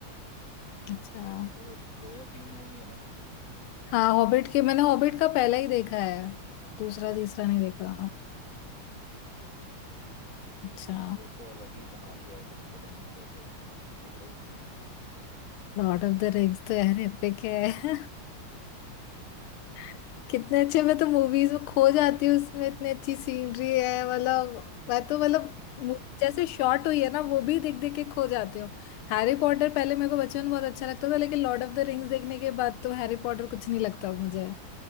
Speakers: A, on the left (about 80°); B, on the left (about 40°).
A: अच्छा
B: दो दो या तीन मूवी है ना
A: हाँ हॉबिट के मैंने हॉबिट का पहला ही देखा है दूसरा तीसरा
B: हम्म
A: नहीं देखा अच्छा
B: वो तो अलग ही बना दिया है कुछ पता नहीं कैसे तगड़ा ही
A: लॉर्ड ऑफ द रिंग्स तो यार एपिक है
B: हाँ
A: <laughs> कितने अच्छे मैं तो मूवीज में खो जाती हूँ उसमें इतनी अच्छी सीनरी है मतलब मैं तो मतलब
B: हाँ
A: movie जैसे शॉर्ट हुई है ना वो भी देख देख के खो जाती हूँ हैरी पॉटर पहले मेरे को बचपन में बहुत अच्छा लगता था लेकिन लॉर्ड ऑफ द रिंग्स देखने के बाद तो हैरी पॉटर कुछ नहीं लगता अब मुझे